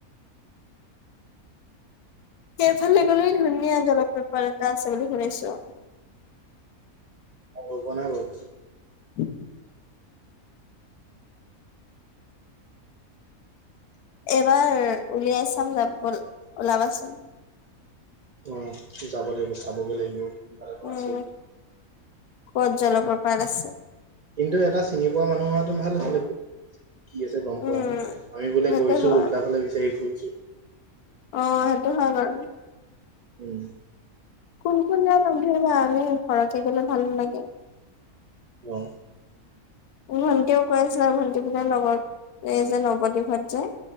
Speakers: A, on the left; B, on the right.
A: সেইফালে গ'লে ধুনীয়া জলপ্ৰপাত এটা আছে বুলি শুনিছোঁ।
B: মই গৈ পোৱা নাই বাৰু।
A: <inaudible> এইবাৰ উলিয়াই চাম <unintelligible> ওলাবাচোন।
B: উম যাব লাগিব চাবগৈ লাগিব। কোনফালে নো
A: উম
B: আছে
A: ক'ত জলপ্ৰপাত আছে।
B: কিন্তু এটা চিনি পোৱা মানুহ হোৱাহেঁতেন ভাল আছিলে। কি আছে গম
A: উম
B: পোৱা হেঁতেন আমি বোলে
A: সেইটো
B: গৈছোঁ
A: হয়
B: উল্টা ফালে বিচাৰি ফুৰিছোঁ।
A: অ সেইটো হয় বাৰু।
B: <inaudible>
A: কোন কোন যাম সুধিবা আমি সৰহকে গ'লে ভালো লাগে।
B: উম।
A: ভণ্টিও কৈ আছে আৰু ভন্টিৰ লগত এই যে নৱদ্বীপহঁত যে,